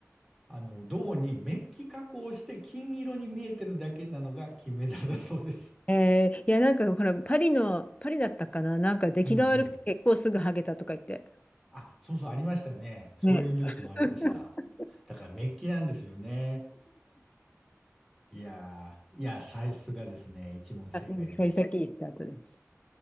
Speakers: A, in the centre; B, on the left.
A: あの、銅にメッキ加工して金色に見えてるだけなのが金メダルだそうです。
B: えーいや、なんかほら、パリの、パリだったかななんか出来が悪くて結構すぐハゲたとか言って。
A: うんうん。あ、そうそう、ありましたね。そういうニュースもありました。
B: ね。<laughs>
A: だからメッキなんですよね。いやー、いや、さすがですね。一問正解です。
B: あ、うん、幸先いいスタートです。